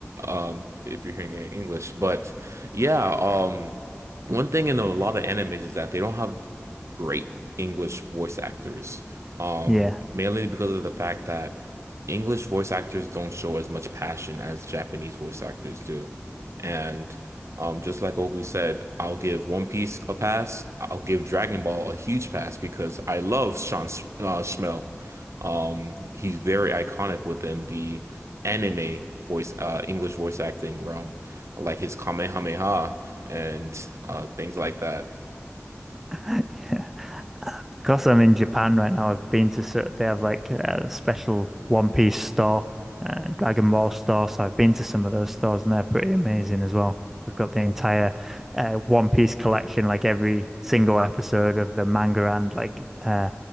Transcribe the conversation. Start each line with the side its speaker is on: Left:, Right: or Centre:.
Right: um if you're hearing it in English. But yeah, um one thing in a lot of animes is that they don't have great English voice actors, um,
Centre: Yeah.
Right: mainly because of the fact that English voice actors don't show as much passion as Japanese voice actors do. And um, just like what we said, I'll give One Piece a pass. I'll give Dragon Ball a huge pass because I love Sean Sh uh, Schmell. Um, he's very iconic within the anime voice, uh, English voice acting realm, like his Kamehameha and uh, things like that.
Centre: <laughs> Yeah. Because I'm in Japan right now, I've been to sort they have like a special One Piece store and Dragon Ball store, so I've been to some of those stores and they're pretty amazing as well. They've got the entire uh, One Piece collection, like every single episode of the manga and like uh,